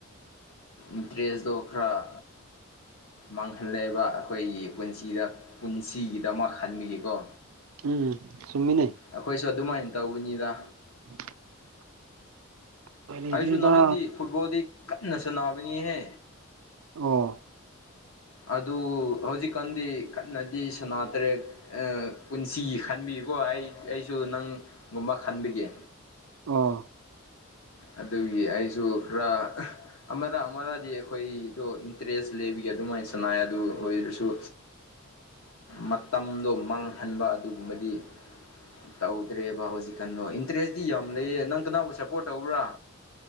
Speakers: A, on the left; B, on the right.
A: ꯏꯟꯇ꯭ꯔꯦꯁꯇꯣ ꯈꯔ ꯃꯥꯡꯍꯜꯂꯦꯕ ꯑꯩꯈꯣꯏꯒꯤ ꯄꯨꯟꯁꯤꯗ ꯄꯨꯟꯁꯤꯒꯤꯗꯃꯛ ꯈꯟꯕꯤꯒꯀꯣ
B: ꯎꯝ ꯁꯃꯃꯤ ꯅ
A: ꯑꯩꯈꯣꯏꯁꯨ ꯑꯗꯨꯃꯥꯏꯅ ꯇꯧꯕꯅꯤꯗ
B: <inaudible> ꯎꯄꯥꯏ ꯂꯩꯇ꯭ꯔꯤꯗ
A: ꯑꯩꯁꯨ ꯅꯍꯥꯟꯗꯤ ꯐꯨꯠꯕꯣꯜꯗꯤ ꯀꯟꯅ ꯁꯥꯟꯅꯕꯅꯤꯍꯦ
B: ꯑꯣ
A: ꯑꯗꯨ ꯍꯧꯖꯤꯛꯀꯥꯟꯗꯤ ꯀꯟꯅꯗꯤ ꯁꯅꯥ ꯇꯔꯦꯠ ꯄꯨꯟꯁꯤ ꯈꯟꯕꯤꯀꯣ ꯑꯩ ꯑꯩꯁꯨ ꯅꯪꯒꯨꯝꯕ ꯈꯟꯕꯤꯒꯦ
B: ꯑꯥ
A: ꯑꯗꯨꯒꯤ ꯑꯩꯁꯨ ꯈꯔ ꯑꯃꯔ ꯑꯃꯔꯗꯤ ꯑꯩꯈꯣꯏꯗꯣ ꯏꯟꯇꯔꯦꯁ ꯂꯩꯕꯒꯤ ꯑꯗꯨꯃꯥꯏꯅ ꯁꯅꯥꯏ ꯑꯗꯨ ꯑꯣꯏꯔꯁꯨ ꯃꯇꯝꯗꯣ ꯃꯥꯡꯍꯟꯕ ꯑꯗꯨꯒꯨꯝꯕꯗꯤ ꯇꯧꯗ꯭ꯔꯦꯕ ꯍꯧꯖꯤꯛꯀꯥꯟꯗꯣ ꯏꯟꯇꯔꯦꯁꯇꯤ ꯌꯥꯝ ꯂꯩꯌꯦ ꯅꯪ ꯀꯅꯥꯕꯨ ꯁꯞꯄꯣꯔꯠ ꯇꯧꯕꯔꯥ